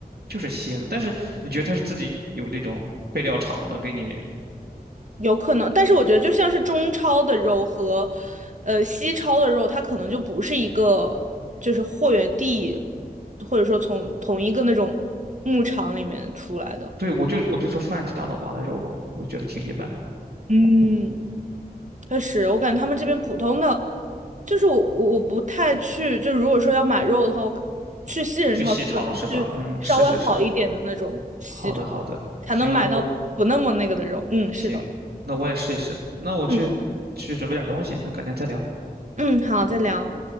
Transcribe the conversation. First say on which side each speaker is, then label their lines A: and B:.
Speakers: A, on the right; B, on the right.
A: 就是腥，但是你觉得它是自己有那种备料厂能给你？
B: 有可能，但是我觉得就像是中超的肉和，呃，西超的肉，它可能就不是一个就是货源地，或者说从同一个那种牧场里面出来的，
A: 对，我就我就说泛指大脑华的肉嘛，我就觉得挺一般，
B: 嗯。确实，我感觉他们这边普通的，就是我我我不太去，就如果说要买肉的话，我可去西人超市可能去稍微好一点的那种西超，
A: <laughs> 去西超是吧？嗯，是是是，好的好的，
B: 才能买到不那么那个的肉。
A: 行，那我
B: 嗯，
A: 行，
B: 是的。
A: 那我也试一试，那我去去准备点东西，
B: 嗯
A: 那改天再聊。
B: 嗯，好，再聊。